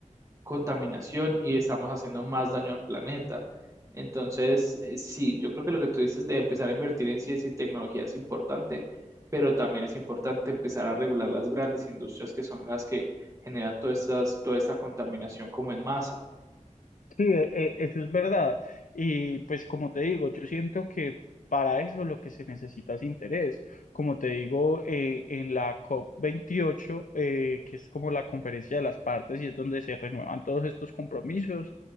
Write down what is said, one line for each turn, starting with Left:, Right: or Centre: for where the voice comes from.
Right: contaminación y estamos haciendo más daño al planeta. Entonces, eh, sí, yo creo que lo que tú dices de empezar a invertir en ciencia y tecnología es importante, pero también es importante empezar a regular las grandes industrias que son las que generan todas estas, toda esta contaminación como en masa.
Left: Sí, e- e- eso es verdad. Y pues como te digo, yo siento que para eso lo que se necesita es interés. Como te digo, eh, en la cop veintiocho eh, que es como la conferencia de las partes y es donde se renuevan todos estos compromisos,